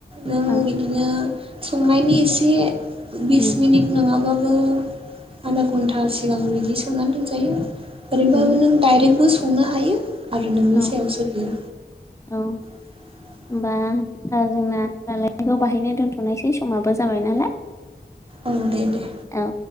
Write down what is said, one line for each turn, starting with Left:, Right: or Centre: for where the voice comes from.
Right: नों
Left: औ
Right: बिदिनो संनायनि एसे बिस
Left: उम
Right: मिनिट नङाब्ला <unintelligible> आधा घन्टा सिगां बिदि सोमनानै दोनजायो। ओरैबाबो
Left: उम
Right: नों दडाइरेक्टबो संनो हायो आरो नोंनि
Left: औ
Right: सायावसो बियो।
Left: औ
Right: <unintelligible>
Left: होमबा जोंना रायज्लायनायखौ बेहायनो दोन्थ'नोसै समाबो जाबाय नालाय।
Right: औ दे दे।
Left: औ